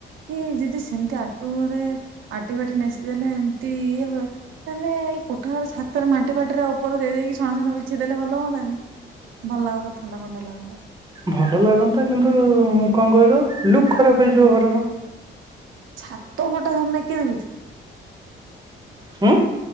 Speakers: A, on the right (about 80°); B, on the right (about 20°).
A: କି ଯଦି ସେମିତି ଆଟୁଘରେ ମାଟି ବାଟି ନେସିିଦେଲେ ଏମ ଇଏ ହୁଏ ତାହାଲେ ଏଇ କୋଠାଘର ଛାତରେ ମାଟି ଫାଟି ରେ ଉପରେ ଦେଇକି ଛଣ ଛଣ ବିଛେଇ ଦେଲେ ହ ହୁଅନ୍ତାନି। ଭଲ ଲାଗନ୍ତା ଥଣ୍ଡା ଥଣ୍ଡା ଲାଗନ୍ତା।
B: ଭଲ ଲାଗନ୍ତା କିନ୍ତୁ କଣ କହିଲ ଲୁକ୍ ଖରାପ
A: ହୁଁ
B: ହେଇଯିବ ଘରର।
A: ଛାତ ଉପରଟା ଥୋଡିନା କିଏ ଦେଖୁଛି?
B: ହୁଁ।